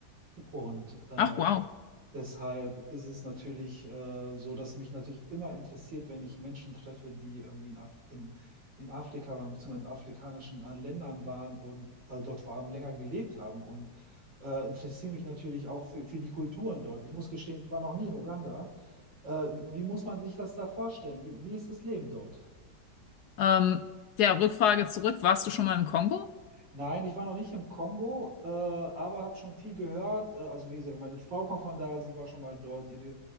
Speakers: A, on the right; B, on the left.
A: und äh,
B: Ach, wow.
A: Deshalb ist es natürlich äh, so, dass mich natürlich immer interessiert, wenn ich Menschen treffe, die irgendwie in, Af in, in Afrika waren, beziehungsweise in afrikanischen äh, Ländern waren und äh, dort vor allem länger gelebt haben. Und äh, interessiere mich natürlich auch für, für die Kulturen dort. Ich muss gestehen, ich war noch nie in Uganda. Äh, wie, wie muss man sich das da vorstellen? Wie, wie ist das Leben dort?
B: Ähm, ja, Rückfrage zurück. Warst du schon mal im Kongo?
A: Nein, ich war noch nicht im Kongo, äh, aber habe schon viel gehört. Äh, also wie gesagt, meine Frau kommt von da, sie war schon mal dort, ihre